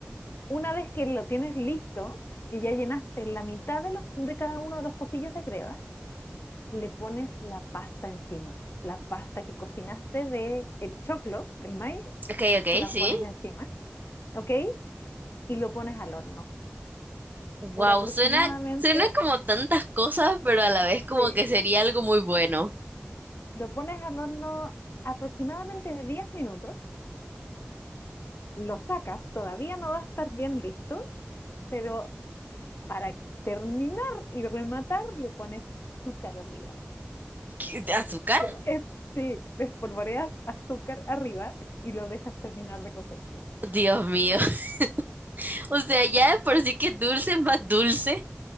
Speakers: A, on the left; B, on the right.
A: Una vez que lo tienes listo, que ya llenaste la mitad de, los, de cada uno de los pocillos de greda, le pones la pasta encima. La pasta que cocinaste de el choclo, del maíz,
B: Ok, ok,
A: te la
B: sí.
A: pones encima, ¿ok? Y lo pones al horno.
B: Wow,
A: Por aproximadamente,
B: suena, suena como tantas cosas, pero a la vez como
A: eh,
B: que sería algo muy bueno.
A: lo pones al horno aproximadamente de 10 minutos, lo sacas, todavía no va a estar bien listo, pero para terminar y rematar le pones azúcar arriba.
B: ¿Qué- ¿De azúcar?
A: Como es, sí, espolvoreas azúcar arriba y lo dejas terminar de cocerse.
B: Dios mío. <laughs> O sea, ya de por sí que dulce es más dulce.